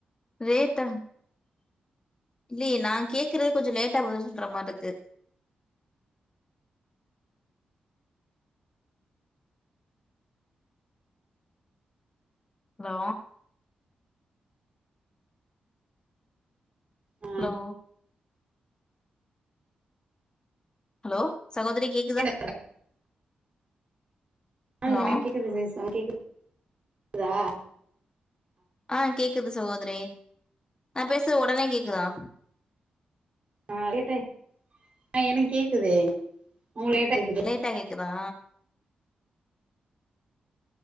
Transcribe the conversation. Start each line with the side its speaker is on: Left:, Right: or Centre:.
Left: லேட்டா இல்லையே நா கேக்கறது கொஞ்சோ லேட்டா பதில் சொல்ற மார்றுக்கு ஹலோ
Right: ஆ
Left: ஹலோ ஹலோ சகோதரி கே
Right: இல்ல ஆ
Left: ஹலோ
Right: எனக்கு கேக்குது சிஸ் உங் கேக் கேதா
Left: ஆ கேக்குது சுகோதரி நா பேசுறது ஒடனே கேக்குதா
Right: ஆ லேட்டாய் ஆ எனக்கு கேக்குதே உங்களிட்ட கேக்குதா
Left: லேட்டா கேக்குதா